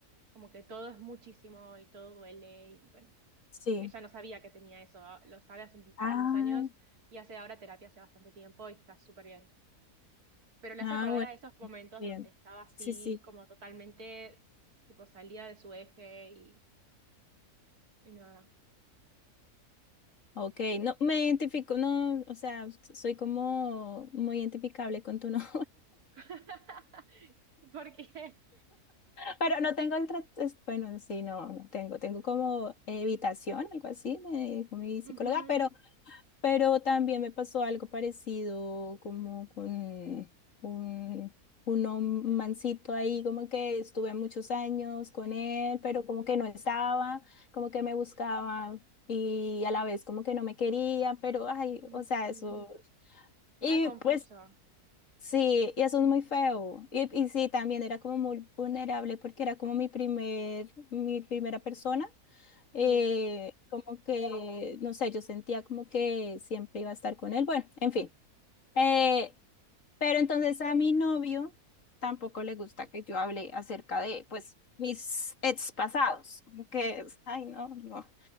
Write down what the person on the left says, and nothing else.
Sí.
Ah,
ah,
Bien.
Sí, sí.
Ok, no, me identifico, no, o sea, soy como muy identificable con tu <laughs> novia,
pero no tengo el trato, bueno, sí, no, no tengo, tengo como evitación, algo así, me dijo mi psicóloga,
pero Pero también me pasó algo parecido como con un, un hom- mancito ahí, como que estuve muchos años con él, pero como que no estaba, como que me buscaba y a la vez como que no me quería, pero ay,
o sea, eso. Y
pues sí, y eso es muy feo. Y, y sí, también era como muy vulnerable porque era como mi primer, mi primera persona eh,
como que, no sé, yo sentía como que siempre iba a estar con él. Bueno, en fin. Eh, pero entonces a mi novio tampoco le gusta que yo hable acerca de, pues, mis ex pasados. Como que, es, ay, no, no,